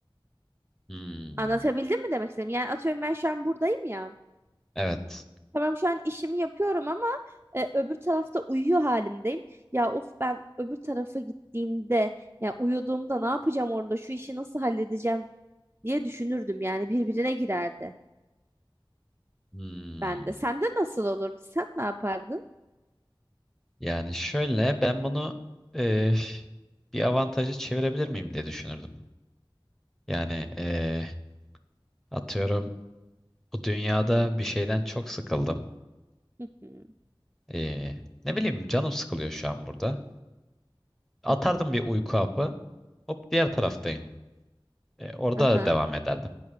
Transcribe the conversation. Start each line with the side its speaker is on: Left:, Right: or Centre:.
Centre: Hmm.
Right: Anlatabildim mi demek istedim? Yani atıyorum ben şu an buradayım ya.
Centre: Evet.
Right: Tamam şu an işimi yapıyorum ama e, öbür tarafta uyuyor halimdeyim. Ya of ben öbür tarafa gittiğimde ya uyuduğumda ne yapacağım orada şu işi nasıl halledeceğim diye düşünürdüm yani birbirine girerdi
Centre: Hmm.
Right: bende. Sende nasıl olurdu? Sen ne yapardın?
Centre: Yani şöyle ben bunu e, bir avantaja çevirebilir miyim diye düşünürdüm. Yani eee, atıyorum bu dünyada bir şeyden çok sıkıldım.
Right: Hı hı,
Centre: Eee, ne bileyim canım sıkılıyor şu an burada. Atardım
Right: hı hı,
Centre: bir uyku hapı. Hop diğer taraftayım. E, orada
Right: Aha,
Centre: devam ederdim.